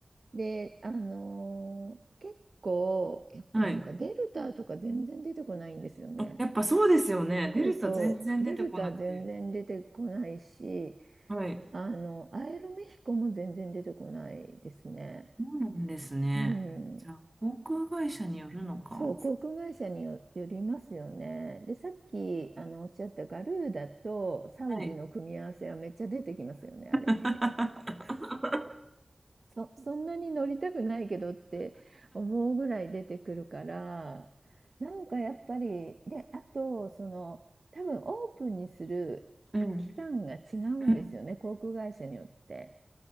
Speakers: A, on the right; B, on the right.
A: で、あのー結構、やっぱなんかデルタとか全然出てこないんですよね。
B: はい。やっぱそうですよね。デルタ全然出てこなくて。
A: そうそう、デルタ全然出てこないし、
B: はい。
A: あの、アエルメヒコも全然出てこないですね。
B: そうなんですね。
A: うん。
B: じゃあ、航空会社によるのか。
A: そう、航空会社によ、よりますよね。で、さっきあのおっしゃったガルーダとサウジの組み合わせはめっちゃ出てきますよね、
B: はい。
A: あれ。
B: <laughs>
A: そ、そんなに乗りたくないけどって思うぐらい出てくるから、なんかやっぱり、で、あと、その、多分オープンにする期間が違うんですよね、
B: うん。うん。
A: 航空会社によって。